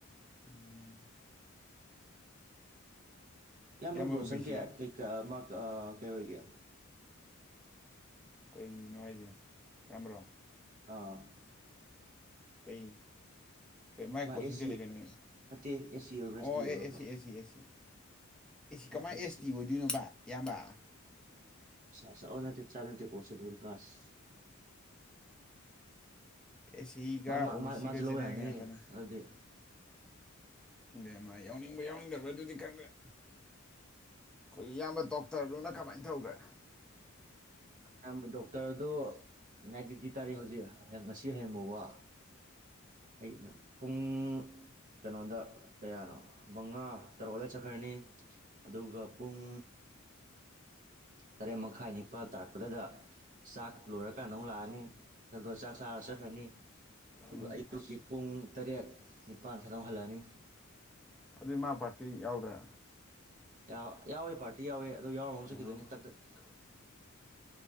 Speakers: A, in the centre; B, on the right.
A: ꯎꯝ
B: ꯏꯌꯥꯝꯕ ꯕ꯭ꯔꫭꯁꯟ
A: ꯑꯣ ꯕꯤ ꯁꯤ
B: ꯀꯦ ꯀ ꯃꯥ ꯀ ꯀꯩ ꯑꯣꯏꯒꯦ
A: ꯀꯩꯅꯣ ꯍꯥꯏꯁꯦ ꯌꯥꯝꯕ꯭ꯔꯣ
B: ꯑꯥ
A: ꯀꯩ ꯀꯩꯃꯥꯏ
B: ꯃꯥ
A: ꯀꯣꯆꯤꯡ
B: ꯑꯦꯁ ꯁꯤ
A: ꯆꯠꯂꯤ ꯀꯩꯅꯣ
B: ꯅꯠꯇꯦ ꯑꯦꯁ ꯁꯤ ꯑꯣꯏꯕ꯭ꯔꯥ ꯑꯦꯁ
A: ꯑꯣ
B: ꯇꯤ ꯑꯣꯏꯕ꯭ꯔꯕ
A: ꯑꯦ ꯑꯦ ꯁꯤ ꯑꯦ ꯁꯤ ꯑꯦ ꯁꯤ ꯑꯦꯁꯤ
B: ꯃꯥ
A: ꯀꯃꯥꯏꯅ ꯑꯦꯁ
B: ꯁꯤ
A: ꯇꯤ ꯑꯣꯏꯗꯣꯏꯅꯣꯕ ꯏꯌꯥꯝꯕ
B: ꯁꯥ ꯁ ꯑꯣ ꯅꯠꯇꯦ ꯇ꯭ꯔꯥꯏꯕꯦꯜ ꯇꯦꯀꫭ ꯁꯦꯗꯨꯜ ꯀꯥꯁ
A: ꯑꯦꯁ ꯁꯤꯒ
B: ꯃꯥ
A: ꯑꯣ
B: ꯃꯥ
A: ꯕꯤ ꯁꯤꯒ
B: ꯃꯥꯁꯨ ꯂꯧ
A: ꯖꯦꯅꯦꯔꯦꯜꯒ
B: ꯌꯥꯅꯤꯍꯦ
A: ꯉꯥꯛꯇꯅꯤ
B: ꯑꯗꯨꯗꯤ
A: ꯗꯦ ꯃꯥ ꯌꯥꯎꯅꯤꯡꯕ꯭ꯔ ꯌꯥꯎꯅꯤꯡꯗꯕ꯭ꯔꯥ ꯗꯨꯗꯤ ꯈꯪꯗ꯭ꯔꯦ ꯈꯣꯏ ꯏꯌꯥꯝꯕ ꯗꯣꯛꯇꯔꯗꯨꯅ ꯀꯃꯥꯏꯅ ꯇꯧꯈ꯭ꯔꯦ
B: ꯅꯌꯥꯝꯕ ꯗꯣꯛꯇꯔꯗꯣ ꯅꯥꯏꯠ ꯗ꯭ꯌꯨꯇꯤ ꯇꯥꯔꯤ ꯍꯧꯖꯤꯛ ꯉꯁꯤ ꯍꯌꯦꯡ ꯐꯥꯎꯕ ꯑꯩ ꯉ ꯄꯨꯡ ꯀꯩꯅꯣꯗ ꯀꯌꯥꯅꯣ ꯃꯉꯥ ꯇꯔꯨꯛꯗ ꯑꯗꯥꯏꯅ ꯆꯠꯈ꯭ꯔꯅꯤ ꯑꯗꯨꯒ ꯄꯨꯡ ꯇꯔꯦꯠ ꯃꯈꯥꯏ ꯅꯤꯄꯥꯜ ꯇꯥꯔꯛꯄꯗꯗ ꯆꯥꯛ ꯂꯣꯏꯔꯀꯥꯟꯗ ꯑꯃꯛ ꯂꯥꯛꯑꯅꯤ ꯑꯗꯨꯒ ꯆꯥꯛ ꯆꯥꯔ ꯆꯠꯈ꯭ꯔꯅꯤ ꯑꯗꯨꯒ
A: ꯎꯝ
B: ꯑꯌꯨꯛꯀꯤ ꯄꯨꯡ ꯇꯔꯦꯠ ꯅꯤꯄꯥꯜ ꯁꯥꯏꯗ ꯑꯃꯨꯛ ꯍꯜꯂꯛꯑꯅꯤ
A: ꯑꯗꯨꯏ ꯃꯥ ꯄꯥꯔꯇꯤ ꯌꯥꯎꯗ꯭ꯔꯦ
B: ꯌꯥꯎ ꯌꯥꯎꯋꯦ ꯄꯥꯔꯇꯤ ꯌꯥꯎꯋꯦ ꯑꯗꯨ ꯄꯥꯔꯇꯤ ꯌꯥꯎꯔꯝꯃ ꯆꯠꯈꯤꯗꯣꯏꯅꯦ
A: ꯌꯥꯎꯕ
B: ꯇꯛ
A: ꯆꯠꯈꯤꯗꯣꯏꯅꯤ
B: ꯇꯛ